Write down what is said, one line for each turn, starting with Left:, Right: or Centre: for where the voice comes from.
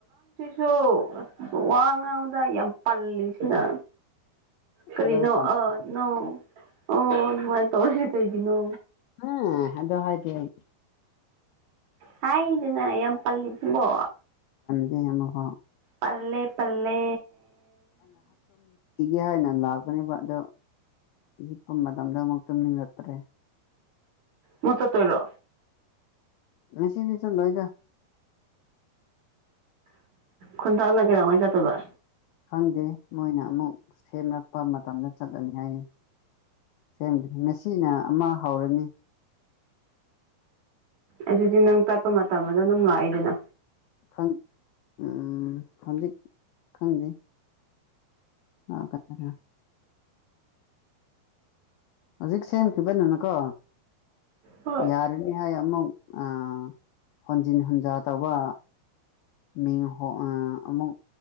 Right: ꯁꯨ ꯋꯥ ꯉꯥꯡꯕꯗ ꯌꯥꯝ ꯄꯜꯂꯤꯁꯤꯗ ꯀꯔꯤꯅꯣ
Left: ꯀꯗꯥꯏ ꯄꯥꯟꯕ
Right: ꯑꯥ ꯅꯪ ꯑꯥ ꯑꯗꯨꯃꯥꯏꯅ ꯇꯧꯋꯦ ꯀꯩꯒꯤꯅꯣ
Left: ꯑꯥ ꯑꯗꯣ ꯍꯥꯏꯗꯦ ꯑꯩ
Right: ꯍꯥꯏꯅꯦꯅ ꯅꯪ ꯌꯥꯝ ꯄꯜꯂꯤꯁꯤꯕꯣ
Left: <unintelligible>
Right: ꯄꯜꯂꯦ ꯄꯜꯂꯦ
Left: ꯏꯒꯦ ꯍꯥꯏꯅ ꯂꯥꯛꯄꯅꯦꯕ ꯑꯗꯣ ꯍꯤꯞꯄ ꯃꯇꯝꯗ ꯑꯃꯨꯛ ꯇꯨꯝꯅꯤꯡꯉꯛꯇ꯭ꯔꯦ
Right: ꯃꯨ ꯆꯠꯇꯣꯏꯔꯣ
Left: ꯉꯁꯤꯗꯤ ꯆꯠꯂꯣꯏꯗ
Right: ꯈꯨꯟꯊꯥꯡꯅ ꯀꯩꯗꯧꯉꯩ ꯆꯠꯇꯣꯏꯕ
Left: ꯈꯪꯗꯦ ꯃꯣꯏꯅ ꯑꯃꯨꯛ ꯁꯦꯝꯂꯛꯄ ꯃꯇꯝꯗ ꯆꯠꯂꯅꯤ ꯍꯥꯏꯌꯦ ꯁꯦꯝꯒꯅꯤ ꯉꯁꯤꯅ ꯑꯃ ꯍꯧꯔꯅꯤ
Right: ꯑꯗꯨꯗꯤ ꯅꯪ ꯀꯠꯄ ꯃꯇꯝꯗ ꯑꯗꯨꯝ ꯂꯥꯛꯏꯗꯅ
Left: ꯈꯪ ꯎꯝ ꯍꯧꯖꯤꯛ ꯈꯪꯗꯦ <unintelligible> ꯍꯧꯖꯤꯛ ꯁꯦꯝꯈꯤꯕ ꯅꯪꯏꯀꯣ
Right: ꯍꯣꯏ
Left: ꯌꯥꯔꯅꯤ ꯍꯥꯏ ꯑꯃꯨꯛ ꯑꯥ ꯍꯣꯟꯖꯤꯟ ꯍꯟꯖꯥ ꯇꯧꯕ ꯃꯤꯡ ꯍꯣ ꯑꯥ ꯑꯃꯨꯛ